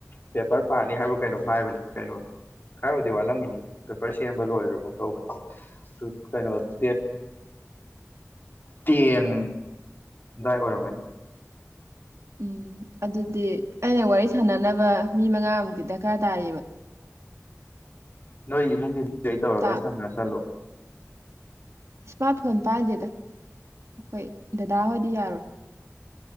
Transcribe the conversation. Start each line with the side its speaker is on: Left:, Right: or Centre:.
Left: ꯄꯦꯄꯔ ꯄꯥꯅꯤ ꯍꯥꯏꯕ ꯀꯩꯅꯣꯝ ꯍꯥꯏꯕꯅꯤ ꯀꯩꯅꯣ ꯈꯔꯕꯨꯗꯤ ꯋꯥꯠꯂꯝꯒꯤꯅꯤ ꯄꯦꯄꯔ ꯁꯦꯝꯕ ꯂꯣꯏꯒ꯭ꯔꯥꯒꯨꯝ ꯇꯧꯕꯅꯤ ꯇꯨ ꯀꯩꯅꯣ ꯗꯦꯠ ꯇꯦꯟ ꯑꯗꯥꯏ ꯑꯣꯏꯔꯝꯒꯅꯤ
Right: ꯎꯝ ꯑꯗꯨꯗꯤ ꯑꯩꯅ ꯋꯥꯔꯤ ꯁꯥꯟꯅꯅꯕ ꯃꯤ ꯃꯉꯥꯃꯨꯛꯇꯤ ꯗꯔꯀꯥꯔ ꯇꯥꯔꯤꯕ
Left: ꯅꯣꯏ ꯏꯃꯨꯡꯒꯤ ꯃꯤ ꯒꯩ ꯇꯧꯔꯒ
Right: ꯇꯥ
Left: ꯁꯝꯅꯁꯜꯂꯣ
Right: ꯏꯁꯃꯥꯔꯠ ꯐꯣꯟ ꯄꯥꯏꯗꯦꯗ ꯑꯩꯈꯣꯏ ꯗꯥꯗꯥꯍꯣꯏꯗꯤ ꯌꯥꯔꯣꯏ